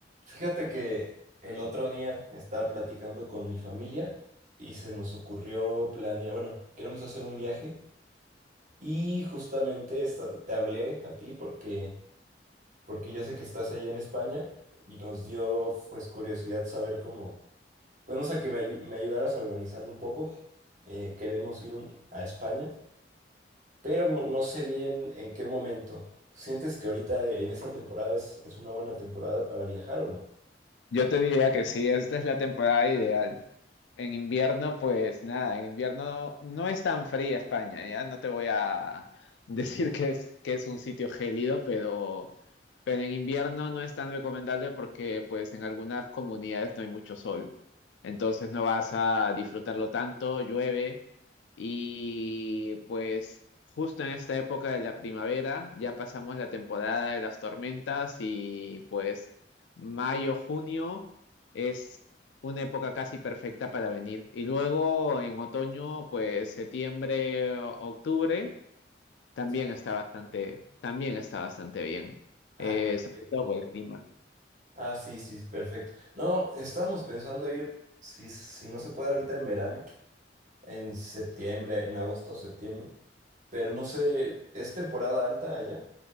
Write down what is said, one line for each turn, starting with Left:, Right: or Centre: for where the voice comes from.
Right: Fíjate que el otro día estaba platicando con mi familia y se nos ocurrió planear, bueno, queremos hacer un viaje y justamente esta- te hablé a ti porque, porque yo sé que estás allá en España y nos dio pues curiosidad saber cómo, pues no sé, que me, ayu- me ayudaras a organizarlo un poco. Eh, queremos ir un- a España, pero no, no sé bien en qué momento. ¿Sientes que ahorita en esta temporada es, es una buena temporada para viajar o no?
Left: Yo te diría que sí, esta es la temporada ideal. En invierno, pues nada, en invierno no es tan fría España, ya no te voy a <laughs> decir que es, que es un sitio gélido, pero, pero en invierno no es tan recomendable porque pues en algunas comunidades no hay mucho sol. Entonces no vas a disfrutarlo tanto, llueve. Y pues justo en esta época de la primavera ya pasamos la temporada de las tormentas y pues mayo, junio es una época casi perfecta para venir. Y luego en otoño, pues septiembre, o- octubre, también
Right: Sí.
Left: está bastante, también está bastante bien.
Right: Ah,
Left: Eh, sobre
Right: perfecto.
Left: todo por el clima.
Right: Ah, sí, sí, sí, perfecto. No, estamos pensando ir, si, si no se puede ahorita en verano, en septiembre, en agosto o septiembre, pero no sé, ¿es temporada alta allá?